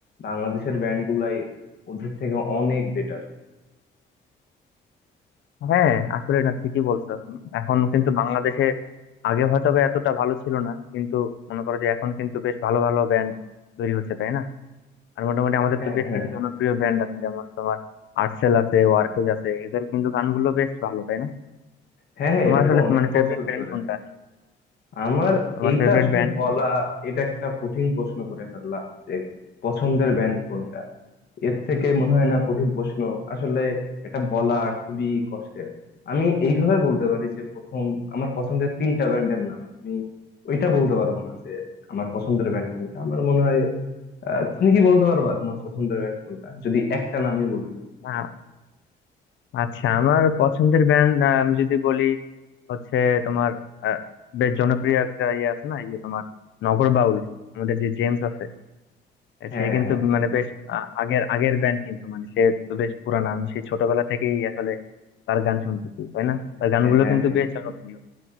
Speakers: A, on the left (about 55°); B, on the left (about 70°).
A: বাংলাদেশের ব্যান্ড গুলাই ওদের থেকে অনেক বেটার
B: হ্যাঁ আসলে না ঠিকই বলছো এখন কিন্তু বাংলাদেশে আগে হয়তো বা এতটা ভালো ছিল না কিন্তু মনে করো যে এখন কিন্তু বেশ ভালো ভালো ব্যান্ড তৈরি হচ্ছে তাই না আর মোটামুটি আমাদের
A: হ্যাঁ
B: তো বেশ
A: হ্যাঁ
B: কিছু জনপ্রিয় ব্যান্ড আছে যেমন তোমার আর্টসেল আছে ওয়ারফেজ আছে এদের কিন্তু গানগুলো বেশ ভালো তাই না
A: হ্যাঁ হ্যাঁ,
B: তোমার
A: এটা
B: আসলে
A: তো অনেক
B: মানে ফেভারিট
A: বছর
B: ব্যান্ড
A: ধরে
B: কোনটা
A: আমার
B: তোমার
A: এইটা
B: ফেভারিট
A: আসলে
B: ব্যান্ড কোন
A: বলা এটা একটা কঠিন প্রশ্ন করে ফেললাম যে পছন্দের ব্যান্ড কোনটা এর থেকে মনে হয় না কঠিন প্রশ্ন আসলে এটা বলা খুবই কষ্টের আমি এইভাবে বলতে পারি যে প্রথম আমার পছন্দের তিনটা ব্যান্ডের নাম আমি ওইটা বলতে পারবো না যে আমার পছন্দের ব্যান্ড কোনটা আমার মনে হয় আহ, তুমি কি বলতে পারবা তোমার পছন্দের ব্যান্ড কোনটা যদি একটা নামই বলি
B: আ- আচ্ছা আমার পছন্দের ব্যান্ড আমি যদি বলি হচ্ছে তোমার আহ, বেশ জনপ্রিয় একটা ইয়ে আছে না এই যে তোমার নগরবাউল আমাদের যে জেমস আছে
A: হ্যাঁ
B: সে
A: হ্যাঁ
B: কিন্তু
A: হ্যাঁ no
B: মানে
A: বলবো।
B: বেশ আ- আগের আগের ব্যান্ড কিন্তু মানে সে তো বেশ পুরানা আমি সেই ছোটবেলা থেকেই আসলে তার গান শুনতেছি তাই
A: হ্যাঁ
B: না তার গানগুলো
A: হ্যাঁ হ্যাঁ
B: কিন্তু
A: হ্যাঁ।
B: বেশ জনপ্রিয়